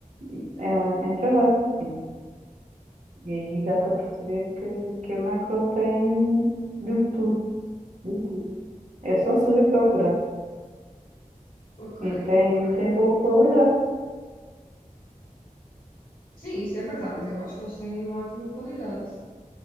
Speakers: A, on the right; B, on the left.
A: em, em trabalho. sim. E aí dá para perceber que, que a macro tem de tudo, de tudo. É só saber procurar.
B: Ok,
A: E tem,
B: ok.
A: tem boa qualidade.
B: Sim, isso é verdade. Eu acho que eles têm uma ótima qualidade.